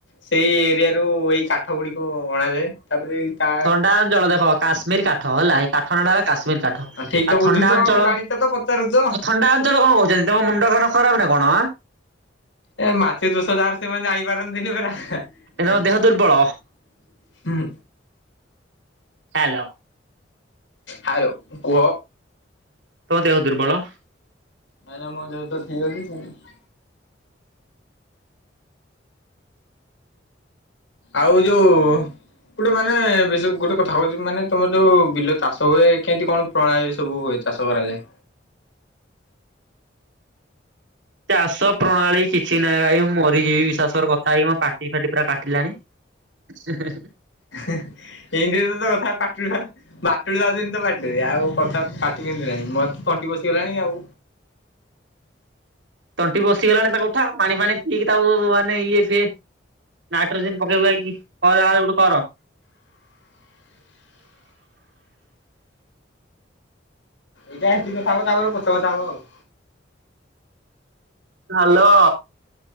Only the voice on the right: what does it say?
ଥଣ୍ଡା ଅଞ୍ଚଳ ଦେଖ କାଶ୍ମୀର କାଠ ହେଲା ଏଇ କା ଥଣ୍ଡା ହେଲା କାଶ୍ମୀର କାଠ
ଆଉ
ଥଣ୍ଡା ଅଞ୍ଚଳ
ଆଉ
ଥଣ୍ଡା ଞ୍ଚଳ କଣ କହୁଛନ୍ତି ତମ ମୁଣ୍ଡଖାନ ଖରାପ ନାଁ କଣ?
ଏ ତମ
ଦେହ ଦୁର୍ବଳ ହ୍ୟାଲୋ।
ତମ ଦେହଦୁର୍ବଳ
ଚାଷ ପ୍ରଣାଳୀ କିଛି ନାହିଁ ଭାଇ ମୁଁ ମରିଯିବି ବିଶାସର କଥା ହେଇ ମୋ ପାଟି ଫାଟି ପୁରା କାଟିଲାଣି। <inaudible>
ତଣ୍ଟି ବସିଗଲାଣି ତାକୁ ଉଠା ପାଣି ଫାଣି ପିଇକି ତାକୁ ମାନେ ଇଏ ସିଏ ନାଇଟ୍ରୋଜେନ ପକେଇ ପୁକାକି ଖାରବେଳକୁ କର।
ହ୍ୟାଲୋ